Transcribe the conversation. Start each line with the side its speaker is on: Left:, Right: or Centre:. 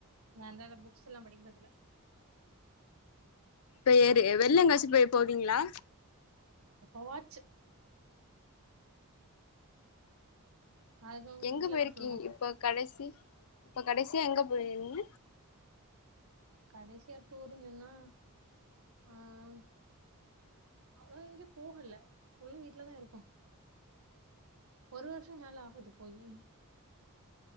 Right: நா ந்த புக்ஸ் எல்லாம் படிக்கறதுல
Left: பெரு வெள்ளங்காயச்சிட்டு போய் போவீங்களா
Right: எப்ப வாச்சு அதுவு
Left: எங்க
Right: வீட்ல
Left: போயிருக்கீங்க
Right: தா ஃபுல்லு
Left: இப்ப கடைசி இப்ப கடைசியா எங்க போயிருீங்க
Right: கடைசியா டூருங்கன்னா ஆஹ அவ்ளோ எங்கயு போகல புள்ள வீட்டுல தான் இருப்பான் ஒரு வர்ஷம் மேல ஆகுது போயி